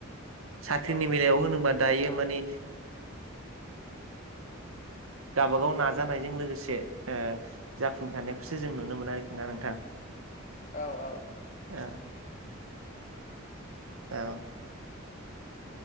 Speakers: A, on the right; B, on the left.
A: साख्रिनि
B: औ
A: बेलायाव होनोबा दायो माने गावाबागाव नाजानायजों लोगोसे जाफुंसारनायखौसो जों नुनो मोनो आरोखि ना। ना नोंथां
B: औ औ।
A: ए। औ।